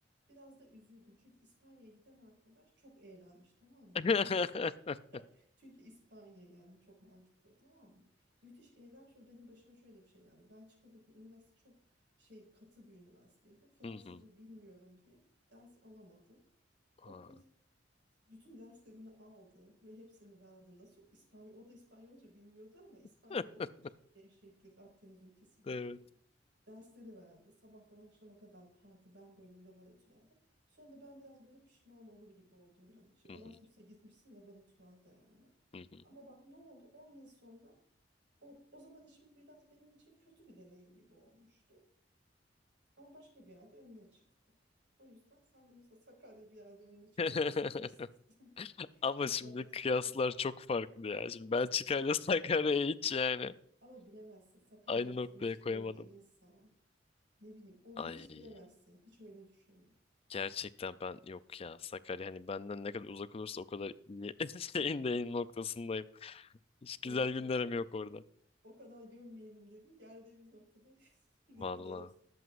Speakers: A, on the right; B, on the left.
A: Biraz da üzüldüm. Çünkü İspanya'ya giden arkadaş çok eğlenmiş tamam mı?
B: <laughs>
A: Ben mes- çünkü İspanya yani çok mantıklı tamam mı? Müthiş eğlenmiş ve benim başıma şöyle bir şey geldi. Belçika'daki üniversite çok şey katı bir üniversiteydi. Fransızca
B: Hı hı.
A: bilmiyorum diye ders alamadım. O
B: Aa,
A: kız bütün derslerini aldı ve hepsini verdi. Nasıl İspanyol, o da İspanyolca bilmiyordu ama İspanyol
B: <laughs>
A: olduğu için gevşeklik, Akdeniz ülkesi gevşeklik.
B: Evet.
A: Dersleri verdi. Sabahtan akşama kadar parti, ben böyle laboratuvarda. Sonra da ben biraz böyle pişman olur gibi oldum yani. Şimdi
B: Hı hı,
A: Erasmus'a gitmişsin laboratuvarda yani.
B: hı hı.
A: Ama bak ne oldu? on yıl sonra o, o zaman işim biraz benim için kötü bir deneyim gibi olmuştu. Ama başka bir yerde önüne çıktı. O yüzden sen de mesela Sakarya bir yerde önüne çıkabilir.
B: <laughs>
A: <laughs>
B: Ama
A: İnşallah
B: şimdi kıyaslar
A: çıkar. <laughs>
B: çok farklı ya. Şimdi Belçika ile <laughs> Sakarya'yı hiç yani
A: Ama bilemezsin. Sakarya'da
B: aynı noktaya
A: tanıştığım
B: koyamadım.
A: bir insan. Ne bileyim olur
B: Ay.
A: hiç bilemezsin. Hiç öyle düşünme.
B: Gerçekten ben yok ya Sakarya hani benden ne kadar uzak olursa o kadar iyi <laughs> şeyin deyin noktasındayım. Hiç güzel
A: Berat'cığım
B: günlerim yok orada.
A: o kadar gömmeyelim dedin. Geldiğimiz noktada <laughs> ne
B: Valla.
A: kadar